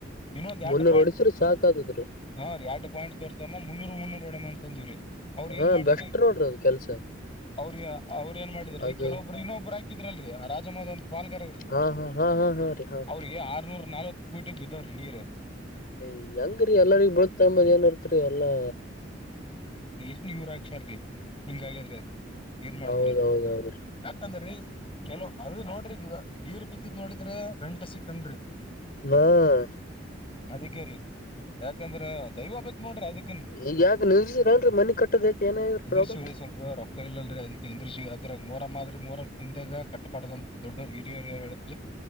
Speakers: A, on the left; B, on the left.
A: ಇನ್ನೊಂದ್ ಎರಡ್
B: ರು ಹೊಡಿಸ್ರರು ಸಾಕಕ್ ಆ ತುತ್ತು ದಿದ್ರು
A: ಹಾ ರಿ ಎರಡು ಪಾಯಿಂಟ್ ತೋರ್ಸಮ್ಮ ಮುನ್ನೂರ್ ಮುನ್ನೂರ್ ಹೊಡಮ್ಮ ಅಂತ ಅಂದಿವವ್ರಿ ಅವ್ರ ಏನ್
B: ಹಾ
A: ಮಾಡಿದ್ರರಿ
B: ಬೆಸ್ಟ್ ನೋಡ್ರಿ ಅದ್ ಕೆಲ್ಸ
A: ಅವ್ರ ಅವ್ರ ಏನ್ ಮಾಡಿದ್ರಿ
B: ಅದು
A: ಕೆಲವೊಬ್ರು ಇನ್ನೊಬ್ರು ಹಾಕಿದ್ರಲ್ರರಿ ಆ ರಾಜಮೋದನ್ ಅಂತ ಪಾಲ್ಗಾರ್ ಅವ್ರಿ
B: ಹಾ ಹಾ ಹಾ ಹಾ ಹಾ ರೀ ಹಾ ರೀ
A: ಅವ್ರಿಗೆ ಆರ್ನೂರ ನಲ್ವತ್ ಫೀಟ್ ಗೆ ಬಿದ್ದಾವ್ರಿ ನೀರು
B: ಏ ಹೆಂಗ್ರೀ ಎಲ್ಲರಿಗ ಬಳತಂಬದ್ ಏನ್ ಅರ್ಥ ರಿ ಎಲ್ಲಾ
A: ಎಷ್ಟ್ನ್ <unintelligible> ಇವರಕ್ಷಾರ ಹಿಂಗಗಿದ್ರೆ ಅದು ಏನ್ ಮಾಡ್ತ್ರಿ
B: ಹೌದೌದ ಹೌದ್ರಿ
A: ಯಾಕಂದ್ರ ರೀ ಚಲೋ ಅದ ನೋಡ್ರಿ ಈಗ ನೀರ್ ಬಿದ್ದಿದ್ ನೋಡಿದ್ರೆ <unintelligible> ಗಂಟೆ ಸಿಕ್ಕನ್್ರಿ
B: ಹಾ <inaudible>
A: ಆದಿಕ್ಕೆ ರಿ ಯಾಕಂದ್ರ ದೈವ ಬಕ್ ನೋಡ್ರಿ ಅದಕ್ಕಿನ್
B: ಈಗ ಯಾಕ ನಿಲ್ಸಿರೇನ್ರಿ ಮನಿ ಕಟ್ಟದ ಯಾಕ ಏನಾಗ್ಯಾದ್ರಿ
A: <unintelligible> ಇಂದ್ರಶಿವರೇ
B: ಪ್ರಾಬ್ಲಮ್
A: ಸ್ವಲ್ಪ ರೊಕ್ಕ ಇಲ್ಲಲ್ರಿ ಅದಿಕೆ <unintelligible> ನಿಂದರಶಿವಿ <unintelligible> ಇದ್ರ ಮೂರ ಮಾ ಮೂೋರಿಂದಾಗ ಕಟ್ಟಬಾಡದಂತ ದೊಡ್ಡ ಹಿರಿಯ ಯಲ್ಲಿ